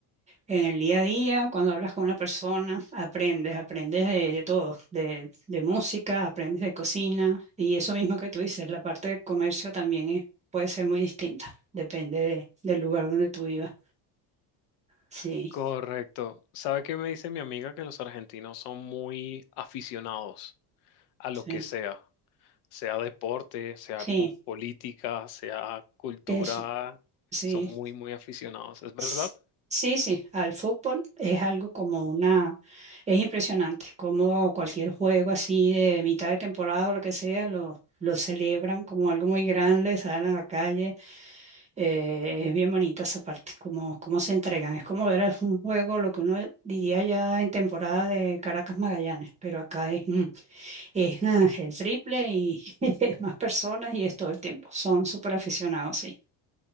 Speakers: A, on the right (about 20°); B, on the left (about 85°).
A: en el día a día, cuando hablas con una persona, aprendes, aprendes de, de todo, de, de música, aprendes de cocina y eso mismo que tú dices, la parte del comercio también es- puede ser muy distinta, depende de- del lugar donde tú vivas, sí.
B: Correcto. ¿Sabe qué me dice mi amiga? Que los argentinos son muy aficionados a lo
A: Sí,
B: que sea. sea deporte, sea
A: sí,
B: po- política, sea cultura,
A: eso, sí.
B: son muy, muy aficionados, ¿es verdad?
A: S- Sí, sí, al fútbol es algo como una, es impresionante, como cualquier juego así de mitad de temporada o lo que sea, lo, lo celebran como algo muy grande, salen a la calle, eh, es bien bonita esa parte, como, cómo se entregan, es como ver un juego, lo que uno diría ya en temporada de Caracas Magallanes, pero acá es, mm, es ah, el triple y <laughs> es más personas y es todo el tiempo, son súper aficionados, sí.